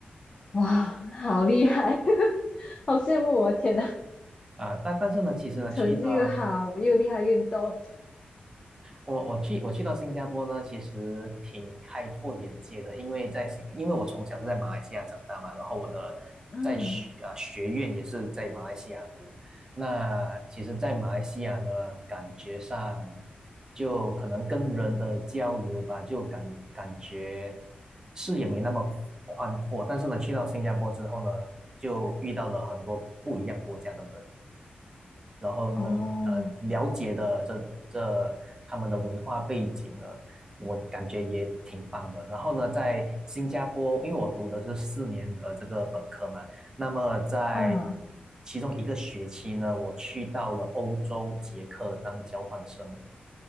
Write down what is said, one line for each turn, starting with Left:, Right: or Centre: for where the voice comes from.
Left: 哇，好厉害，<laughs> 好羡慕我！天呐，
Right: 啊、但但是呢，其实呢，
Left: 成绩又好，
Right: 去到
Left: 又厉害运动。
Right: 我我去我去到新加坡呢，其实挺开拓眼界的，因为在新，因为我从小是在马来西亚长大嘛，然后我的在学啊学院也是在马来西亚读。
Left: 嗯，
Right: 那其实，在马来西亚呢，感觉上就可能跟人的交流吧，就感感觉视野没那么宽阔。但是呢，去到新加坡之后呢，就遇到了很多不一样国家的人。然后能呃了解的这这他们的文化背景呢，
Left: 哦，
Right: 我感觉也挺棒的。然后呢，在新加坡，因为我读的是四年的这个本科嘛，那么在
Left: 嗯，
Right: 其中一个学期呢，我去到了欧洲捷克当交换生。